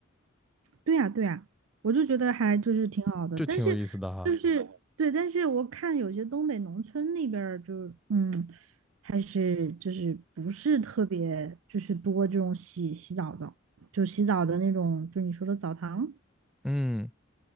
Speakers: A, on the right (about 85°); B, in the centre.
A: 对呀，对呀，我就觉得还就是挺好的。
B: 就挺有意思的哈。
A: 但是就是对，但是我看有些东北农村那边儿就是嗯，还是就是不是特别就是多这种洗洗澡的，就洗澡的那种，就你说的澡堂，
B: 嗯。